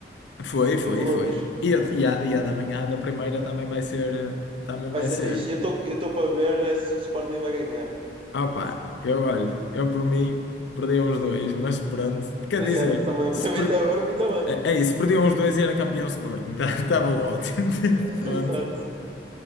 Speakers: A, on the left; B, on the right.
A: Foi,
B: foi
A: foi,
B: de loucos.
A: foi. E a, e a, e a da manhã da primeira também vai ser, eh, também
B: Vai
A: vai
B: ser
A: ser.
B: fixe. Eu estou eu estou para ver é se o Sporting vai ganhar.
A: Ah pá, eu olha, eu por mim perdi uns dois, mas pronto, quer
B: Exato,
A: dizer,
B: também.
A: se
B: <laughs> Para
A: per-
B: mim, também, para mim também.
A: é, é isso, perdi uns dois e era campeão Sporting, estava <laughs> ótimo, <laughs>
B: Ah,
A: pronto,
B: Exato.